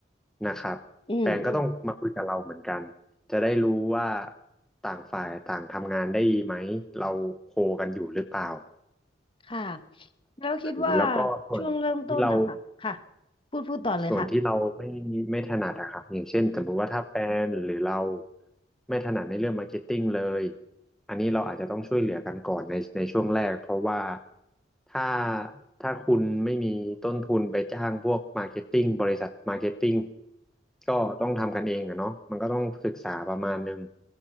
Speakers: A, in the centre; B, on the left (about 30°).
A: นะครับแฟนก็ต้องมาคุยกับเราเหมือนกันจะได้รู้ว่า
B: อืมอืม
A: ต่างฝ่ายต่างทำงานได้ดีไหมเราโคกันอยู่หรือเปล่า
B: ค่ะแล้วคิดว่า
A: อันนี้แล้วก็ส่วนที่เรา
B: ช่วงเริ่มต้นนะคะค่ะพูดพูดต่อเลยค่ะ
A: ส่วนที่เราไม่ไม่ถนัดอะครับอย่างเช่นสมมุติว่าถ้าแบรนด์หรือเราไม่ถนัดในเรื่องมาร์เก็ตติ้งเลยอันนี้เราอาจจะต้องช่วยเหลือกันก่อนในในช่วงแรกเพราะว่าถ้าถ้าคุณไม่มีต้นทุนไปจ้างพวกมาร์เก็ตติ้งบริษัทมาร์เก็ตติ้งก็ต้องทำกันเองอะเนาะมันก็ต้องศึกษาประมาณนึง